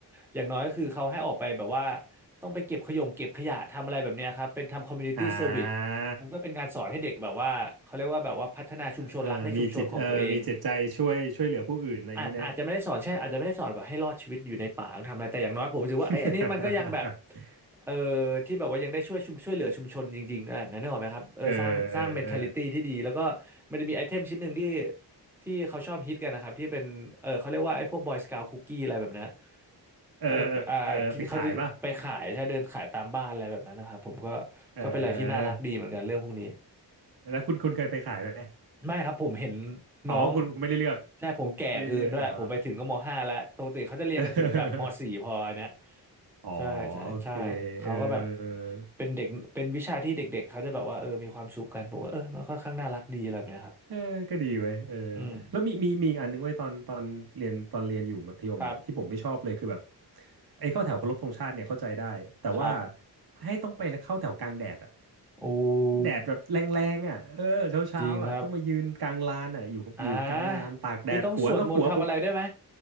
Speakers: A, in the centre; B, on the right.
A: อย่างน้อยก็คือเขาให้ออกไปแบบว่าต้องไปเก็บขยงเก็บขยะทำอะไรแบบเนี้ยครับเป็นทำคอมมูนิตี้เซอร์วิส
B: อ่า
A: มันก็เป็นการสอนให้เด็กแบบว่าเขาเรียกว่าแบบว่าพัฒนาชุมชนรักในชุมชนของตัวเอง
B: เออมีจิตเออมีจิตใจช่วยช่วยเหลือผู้อื่นอะไรอย่างนี้นะ
A: อาจอาจจะไม่ได้สอนใช่อาจจะไม่ได้สอนแบบให้รอดชีวิตอยู่ในป่าต้องทำอะไรแต่อย่างน้อยผมรู้สึกว่าเอ้ยอันนี้มันก็ยังแบบ
B: <laughs>
A: เออที่แบบว่ายังได้ช่วยชุมช่วยเหลือชุมชนจริงๆอะไรแบบนั้นนึกออกไหมครับเออสร้างสร้าง
B: เออเออเออ
A: m e ท t a ิตี้ที่ดีแล้วก็มันจะมีไอเทมชิ้นหนึ่งที่ที่เขาชอบฮิตกันนะครับที่เป็นเออเขาเรียกว่าไอ้พวก Boy Scout Cookie อะไรแบบนั้น
B: เออ
A: ก็จะอ่าที่เขาจะไปขายใช่เดินขายตามบ้านอะไรแบบนั้นนะครับผมก็
B: เออไปขายป่ะเออ
A: ก็เป็นอะไรที่น่ารักดีเหมือนกันเรื่องพวกนี้
B: แล้วคุณคุณเคยไปขายไหม
A: ไม่ครับผมเห็น
B: อ๋อคุณไม่ได้เลือก
A: น้องใช่ผมแก่เกินด้วยผมไปถึงก็มห้าแล้วปกติเขาจะเรียนกันถึงแบบมสี่พออันเนี้ย
B: ไม่ได้เลือกอ๋อ <laughs> อ๋อ
A: ใช่ใช่ใช่เขาก็แบบ
B: โอเคเออเออ
A: เป็นเด็กเป็นวิชาที่เด็กๆเขาจะแบบว่าเออมีความสุขกันผมก็เออมันค่อนข้างน่ารักดีอะไรแบบเนี้ยครับ
B: เออเออก็ดีเว้ยเออ
A: อือมม
B: แล้วมีมีมีอีกอันนึงเว้ยตอนตอนเรียนตอนเรียนอยู่มัธยมอ่ะที่ผมไม่ชอบเลยคือแบบ
A: ครับ
B: ไอ้เข้าแถวเคารพธงชาติเนี่ยเข้าใจได้แต่ว่า
A: ครับ
B: ให้ต้องไปแล้วเข้าแถวกลางแดดอ่ะ
A: โอ้
B: แดดแบบแรงๆอ่ะเออเช้าเช้าอ่ะต้องมายืนกลางลานอ่ะอยู่อยู่กลางลานตากแดดหัวแล้วหัวผม
A: จริงครับอ่าพี่ต้องสวดมนต์ทำอะไรได้วยไหม